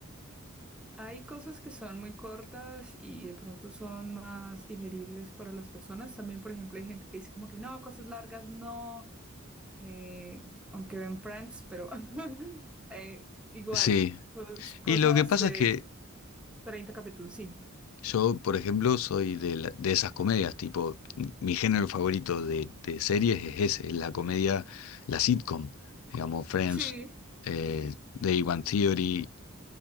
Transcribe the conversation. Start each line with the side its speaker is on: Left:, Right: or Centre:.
Centre: Hay cosas que son muy cortas y de pronto son más digeribles para las personas. También, por ejemplo, hay gente que dice como que no, cosas largas no, eh, aunque ven Friends, pero <laughs> eh, igual,
Left: Sí,
Centre: cos- cosas
Left: y lo que pasa
Centre: de
Left: es que
Centre: 30 capítulos, sí.
Left: yo, por ejemplo, soy de, la- de esas comedias, tipo, m- mi género favorito de, de series es ese, es la comedia, la sitcom, digamos, Friends,
Centre: Sí,
Left: eh, The Big Bang Theory,